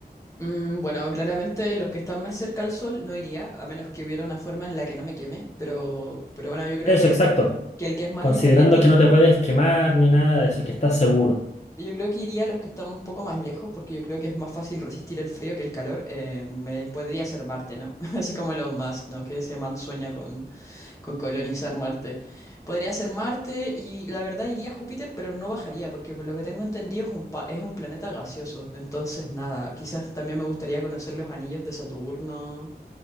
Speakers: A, on the left (about 20°); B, on the left (about 40°).
A: Mm, bueno, claramente los que están más cerca al sol no iría, a menos que hubiera una forma en la que no me queme. Pero, pero bueno, yo creo
B: Eso,
A: que el
B: exacto.
A: que, el que es más
B: Considerando
A: hipotético,
B: que no te puedes quemar ni nada de eso, que estás seguro.
A: yo creo que iría a los que están un poco más lejos, porque yo creo que es más fácil resistir el frío que el calor. Eh, me podría ser Marte, ¿no? <laughs> Así como Elon Musk, ¿no? Que se mansueña con con colonizar Marte. Podría ser Marte y la verdad iría a Júpiter, pero no bajaría, porque por lo que tengo entendido es un, pa- es un planeta gaseoso. Entonces, nada, quizás también me gustaría conocer los anillos de Saturno.